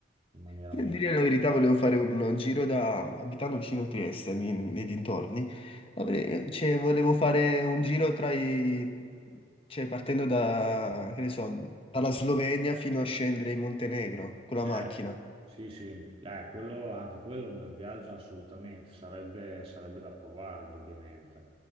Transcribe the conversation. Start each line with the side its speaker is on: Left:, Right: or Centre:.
Right: in maniera
Left: Per
Right: molto...
Left: dire la verità, volevo fare un giro da, abitando vicino a Trieste, nei, nei dintorni, avrei- cioè, volevo fare un giro tra i, cioè, partendo da, che ne so, dalla Slovenia fino a scendere in Montenegro con la
Right: Eh,
Left: macchina.
Right: sì, sì, eh, quello- anche quello è un bel viaggio assolutamente, sarebbe sarebbe da provare indubbiamente.